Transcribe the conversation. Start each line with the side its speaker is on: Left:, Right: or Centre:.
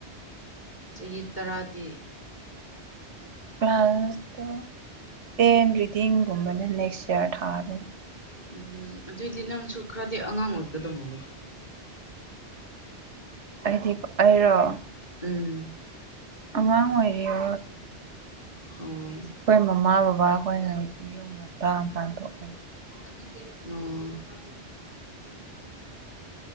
Left: ꯆꯍꯤ ꯇꯔꯥꯗꯤ
Right: ꯀ꯭ꯂꯥꯁꯇꯣ ꯇꯦꯟ ꯔꯤꯗꯤꯡꯒꯨꯝꯕꯅ ꯅꯦꯛꯁ ꯏꯌꯥꯔ ꯊꯥꯔꯣꯏ
Left: ꯎꯝ ꯑꯗꯨꯑꯣꯏꯗꯤ ꯅꯪꯁꯨ ꯈꯔꯗꯤ ꯑꯉꯥꯡ ꯑꯣꯏꯀꯗꯧꯃꯣꯅꯦ
Right: ꯑꯩꯗꯤꯣ ꯑꯩꯔꯣ
Left: ꯎꯝ
Right: ꯑꯉꯥꯡ ꯑꯣꯏꯔꯤꯣ
Left: ꯑꯣ
Right: ꯑꯩꯈꯣꯏ ꯃꯃꯥ ꯕꯕꯥ ꯑꯩꯈꯣꯏꯅ ꯌꯨꯝ ꯉꯟꯇꯥꯀꯥꯟ ꯊꯣꯛꯄꯩ
Left: ꯑꯣ